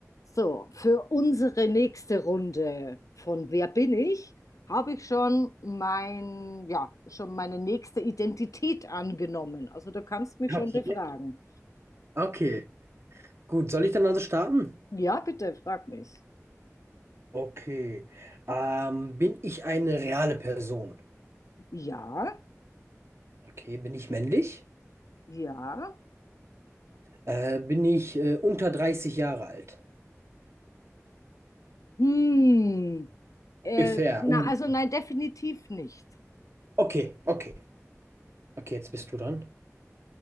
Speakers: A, on the left (about 85°); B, on the right (about 55°).
A: So, für unsere nächste Runde von Wer bin ich, habe ich schon mein, ja, schon meine nächste Identität angenommen. Also du kannst mich
B: Okay,
A: schon befragen.
B: okay. Gut, soll ich dann also starten?
A: Ja, bitte, frag mich.
B: Okay. Ähm, bin ich eine reale Person?
A: Ja,
B: Okay, bin ich männlich?
A: ja.
B: Äh, bin ich äh, unter 30 Jahre alt?
A: Hm. Äh,
B: Ungefähr,
A: na,
B: ungefähr.
A: also nein, definitiv nicht.
B: Okay, okay. Okay, jetzt bist du dran.